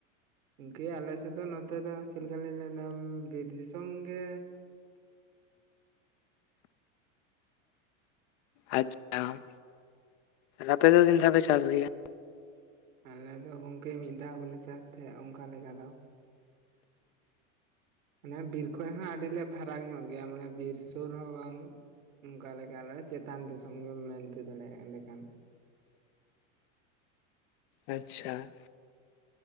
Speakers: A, on the right; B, on the left.
A: ᱜᱚᱝᱠᱮ ᱟᱞᱮᱥᱮᱫ ᱫᱚ ᱱᱚᱛᱮ ᱫᱚ ᱪᱮᱫ ᱞᱮᱠᱟᱞᱤᱧ ᱞᱟᱭᱱᱟ ᱵᱤᱨ ᱫᱤᱥᱚᱢ ᱜᱮᱻ
B: ᱟᱪᱪᱷᱟ ᱟᱯᱮ ᱫᱚ ᱛᱤᱱ ᱫᱷᱟᱣ ᱯᱮ ᱪᱟᱥ ᱜᱮᱭᱟ?
A: ᱟᱞᱮ ᱫᱚ ᱜᱚᱝᱠᱮ ᱢᱤᱫ ᱫᱷᱟᱣ ᱜᱮᱞᱮ ᱪᱟᱥ ᱛᱟᱦᱮᱸᱜ ᱚᱱᱠᱟ ᱞᱮᱠᱟ ᱫᱚ᱾ ᱢᱟᱱᱮ ᱵᱤᱨ ᱠᱷᱚᱡ ᱦᱚᱸ ᱟᱹᱰᱤᱞᱮ ᱯᱷᱟᱨᱟᱠ ᱧᱚᱜ ᱜᱮᱭᱟ ᱢᱟᱱᱮ ᱵᱤᱨ ᱥᱳᱨ ᱦᱚᱸ ᱵᱟᱝ᱾ ᱚᱱᱠᱟ ᱞᱮᱠᱟ ᱟᱞᱮ ᱫᱚ ᱪᱮᱛᱟᱱ ᱫᱤᱥᱚᱢ ᱜᱮᱢ ᱢᱮᱱ ᱦᱚᱪᱚ ᱫᱟᱲᱮᱭᱟᱜᱼᱟ ᱮᱸᱱᱮᱠᱷᱟᱱ ᱾
B: ᱟᱪᱪᱷᱟ᱾